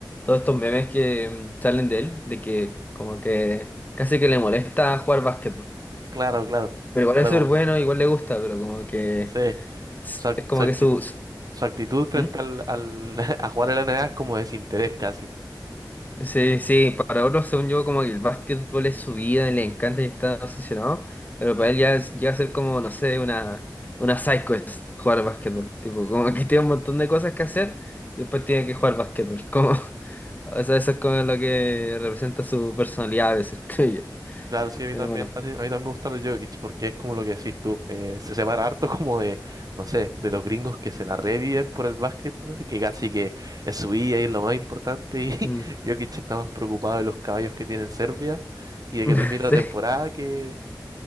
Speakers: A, on the left; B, on the right.
A: todos estos memes que mm, salen de él, de que como que casi que le molesta jugar básquetbol,
B: claro, claro,
A: pero igual
B: claro
A: es súper
B: como
A: bueno,
B: que.
A: igual le gusta, pero como que
B: Sí,
A: es
B: su, act-
A: es como
B: su acti-
A: que su... su-
B: su actitud frente
A: ¿Mm?
B: al, al- <laughs> a jugar en la NBA es como desinterés casi.
A: Sí, sí, para otros, según yo, como que el básquetbol es su vida y le encanta y está obsesionado, pero para él ya es, ya ser como, no sé, una, una side quest jugar básquetbol. Tipo, como que <laughs> tiene un montón de cosas que hacer y después tiene que jugar básquetbol. Como, <laughs> o sea, eso es como lo que representa su personalidad a veces, <laughs> creo yo.
B: Claro, sí, a mí
A: Pero
B: también,
A: bueno.
B: a ti- a mí también me gusta de Jokic porque es como lo que decís tú, eh, se separa harto como de, no sé, de los gringos que se la reviven por el básquetbol y que casi que es su vida y es lo más importante y
A: mm.
B: <laughs> Jokic está más preocupado de los caballos que tiene en Serbia y de
A: <laughs>
B: que termine
A: Sí.
B: la temporada que,